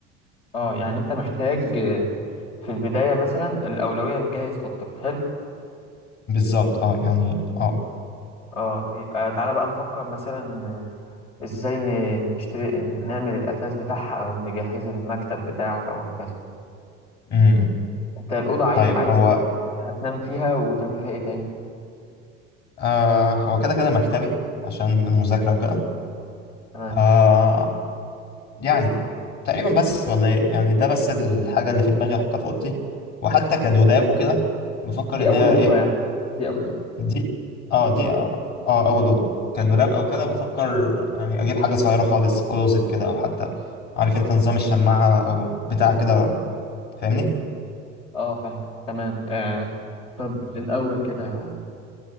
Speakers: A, on the left; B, on the left.
A: اه يعني انت محتاج آه، في البداية مثلا الأولوية نجهز أوضتك حلو
B: بالظبط اه يعني اه
A: اه يبقى تعالى بقى نفكر مثلا آه، ازاي ن- نشتري نعمل الأثاث بتاعها أو نجهز المكتب بتاعك أو هكذا
B: امم
A: انت الأوضة عايز
B: طيب
A: عايز
B: هو
A: تنام- هتنام فيها وتعمل فيها ايه تاني
B: آه هو كده كده مكتبي عشان المذاكره وكده
A: تمام
B: آه يعني تقريبا بس ولا ايه يعني ده بس الحاجة اللي في دماغي احطها في اوضتي وحتى كدولاب وكده بفكر
A: دي
B: اللي
A: أول
B: هي
A: أوضة
B: ايه
A: يعني دي أول أوضة
B: دي اه دي اه آه، اول اوضة كدولاب او كده بفكر يعني اجيب حاجة صغيرة خالص كلوزت كده او حتى عارف انت نظام الشماعة او بتاع كده فاهمني
A: اه فاهمة تمام آه. طب الأول كده